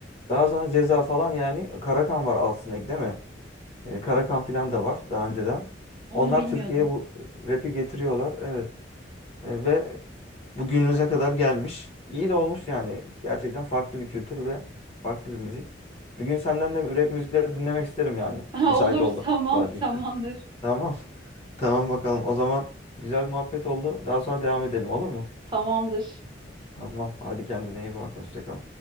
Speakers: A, on the left; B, on the right.
A: daha sonra Ceza falan yani Karakan var aslında ilk değil mi? E, Karakan falan da var
B: <laughs>
A: daha
B: Hı.
A: önceden.
B: Onu
A: Onlar
B: bilmiyordum.
A: Türkiye'ye bu rap'i getiriyorlar. Evet. E, ve bugünümüze kadar gelmiş. İyi de olmuş yani. Gerçekten farklı bir kültür ve farklı bir müzik. Bir gün senden de rap müzikleri dinlemek isterim yani.
B: <laughs>
A: Müsait
B: Olur
A: olduğun
B: tamam
A: vakitte.
B: tamamdır.
A: Tamam. Tamam bakalım. O zaman güzel bir muhabbet oldu. Daha sonra devam edelim olur mu?
B: Tamamdır.
A: Tamam. Hadi kendine iyi bak. Hoşça kal.